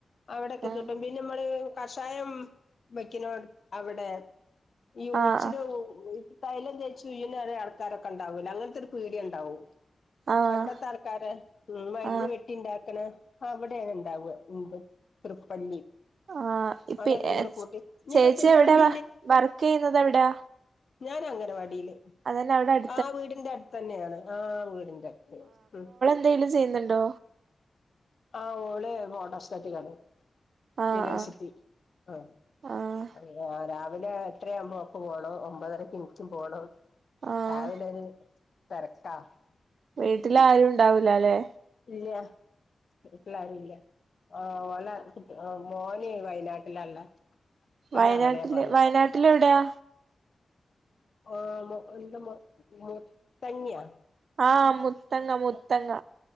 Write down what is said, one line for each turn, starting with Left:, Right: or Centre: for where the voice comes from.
Left: അവിടെക്കെ
Right: ആഹ്
Left: കിട്ടും പിന്നമ്മള് കഷായം വെക്ക്നൊട് അവ്ടെ ഈ ഉയ്ച്ച്ലൊ
Right: ആഹ്
Left: ഈ തൈലം തേച്ചുയ്ന്നല്ലേ ആൾക്കാരൊക്കെ ക്കണ്ടാവൂലേ അങ്ങനത്തെര് പീട്യണ്ടാവും
Right: ആഹ്
Left: പണ്ടത്തെ ആൾക്കാരെ ഉം മര്ന്ന്
Right: ആഹ്
Left: മേടി ‌ക്കെണ്ടാക്കണ അവിടെയാണ്ടാവ്വാ ഉംത് തൃപ്പല്ലി
Right: ആഹ് ഇപ്പെ
Left: അതെല്ലാം
Right: ഏഹ്
Left: കൂടെ
Right: ച്
Left: കൂട്ടി ഇനിയിപ്പോ
Right: ചേച്ചി
Left: തൃപ്പല്ലി
Right: എവിടെയാ വർക്ക് ചെയ്യുന്നത് എവിടാ
Left: ഞാനഅംഗനവാടീല്
Right: അതെന്നെ അവ്ടട്
Left: ആഹ് വീടിന്റെ അടുത്തന്നെയാണ് ആഹ് വീടിന്റെ അടുത്ത് ഉം
Right: ന്തേലും ചെയ്യ്‌ന്ന്ണ്ടോ
Left: ആഹ് ഓളെ ഫോട്ടോസ്റ്റാറ്റ് കടയാ
Right: ആഹ്
Left: യുണിവേഴ്സിറ്റി
Right: ആഹ്
Left: ആഹ്
Right: ആഹ്
Left: അപ്പ രാ രാവിലെ എട്ടരയാവുമ്പോ ഓക്ക് പോണം ഒമ്പതരക്ക് എൻക്കും പോണം
Right: ആഹ്
Left: രാവിലൊര് തെരക്കാ
Right: വീട്ടില് ആരുംണ്ടാവൂലല്ലേ
Left: ഇല്ലാ വീട്ടിലാരും ഇല്ല ആഹ് ഓലെ ആഹ് മോനേയ് വയനാട്ടിലാള്ളേ പ്പാനവ്ടെയാ
Right: വയനാട്ടില്
Left: പണി
Right: വയനാട്ടില് എവിടെയാ
Left: ഓഹ് അഹ് മു ന്താ മ് മുത്തങ്ങ്യാ
Right: ആഹ് മുത്തങ്ങ മുത്തങ്ങ